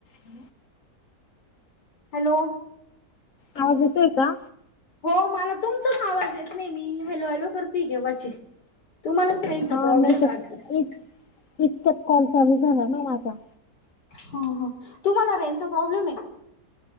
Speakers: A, on the left (about 55°); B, on the left (about 85°).
A: ह
B: हॅलो!
A: आवाज येतोय का?
B: हो, मला तुमचाच आवाज येत नाही, मी हॅलो हॅलो! करती केेव्हाची. तुम्हालाच रेंजचा
A: हा
B: प्रॉब्लेम
A: नाही
B: आहे
A: तर
B: वाटतं.
A: इ इतक्यात कॉल चालू झाला ना, माझा.
B: ह ह, तुम्हाला रेंजचा प्रॉब्लेम आहे का?